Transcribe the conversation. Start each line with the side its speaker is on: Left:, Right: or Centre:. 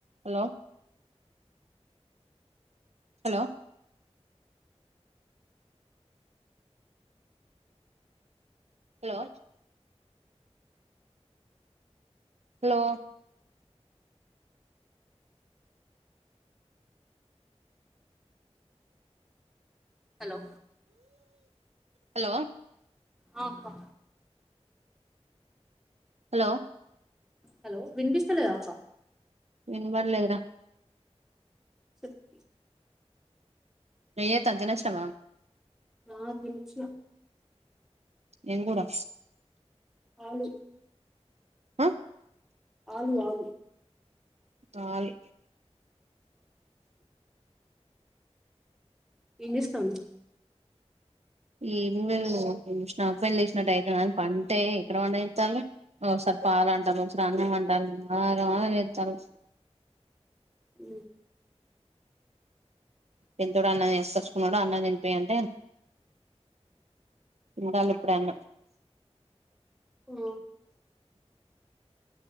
Right: hello hello hello hello
Centre: hello
Right: hello
Centre: ఆ అక్కా
Right: hello
Centre: hello వినిపిస్తలేదా అక్క
Right: వినపల్లేదురా
Centre: సి
Right: దయే తధ్ తినొచ్చినవా
Centre: వా తినొచ్చినా
Right: నేన్ కూడా
Centre: ఆవును
Right: ఆ
Centre: ఆలు ఆలూ
Right: తాలీ
Centre: ఏం చేస్తాం
Right: ఏం లేదు ఇంగ ఆఫ్ బాయిల్ లేసిన డైటు అయప్ప అంటే ఎక్కడ వండనిత్తాళ్ళు ఒకసారి పాల అంటరు ఒకసారి అన్నం అంటరు ఆగం ఆగం చేత్తరూ
Centre: ఊ
Right: పెద్దోడా అన్నం వేసికొచ్చుకున్నాడా అన్నం తినిపీయంటే ఉండాలే అప్పుడే అన్న
Centre: ఉ